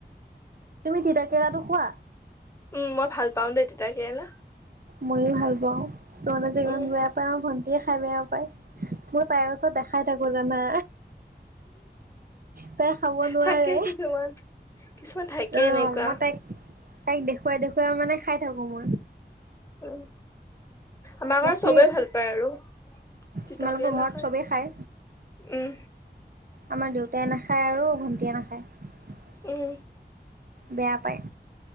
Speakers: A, on the right; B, on the left.
A: তুমি তিতাকেৰালাটো খোৱা?
B: উম মই ভাল পাওঁ দেই তিতা কেৰেলা
A: ময়ো ভাল পাওঁ কিছুমানে যে ইমান
B: উম
A: বেয়া পায় মাৰ ভণ্টিয়ে খাই বেয়া পায় ত তাইৰ ওচৰত দেখাই থাকো জানা তাই খাব নোৱাৰে
B: থাকে কিছুমান কিছুমান থাকে
A: অ
B: এনেকুৱা
A: মই তাইক তাইক দেখুৱাই দেখুৱাই মানে খাই থাকো মই
B: উম। আমাক
A: বাকী
B: আৰু চবেই ভাল পায় আৰু তিতাকলা
A: তোমালোকৰ ঘৰত
B: খাই
A: চবেই খায়।
B: উম
A: আমাৰ দেউতাই নাখায় আৰু ভণ্টীয়েে নাখায়।
B: উম
A: বেয়া পায়।